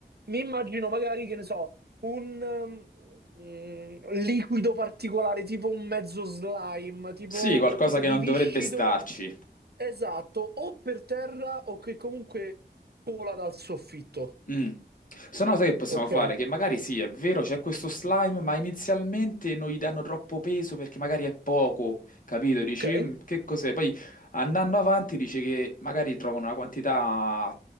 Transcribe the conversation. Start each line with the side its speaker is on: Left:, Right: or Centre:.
Right: Mi immagino magari, che ne so, un mm, mm, liquido particolare, tipo un mezzo slime, tipo
Left: Sì, qualcosa
Right: qualcosa
Left: che
Right: di
Left: non
Right: viscido,
Left: dovrebbe starci.
Right: esatto, o per terra o che comunque vola dal soffitto.
Left: Mm. Se no, sai che possiamo
Right: Ok,
Left: fare? Che magari sì, è vero, c'è questo slime, ma inizialmente non gli danno troppo peso perché magari è poco, capito? Dici,
Right: Ok,
Left: "Mm, che cos'è? Poi andando avanti dice che magari trovano una quantità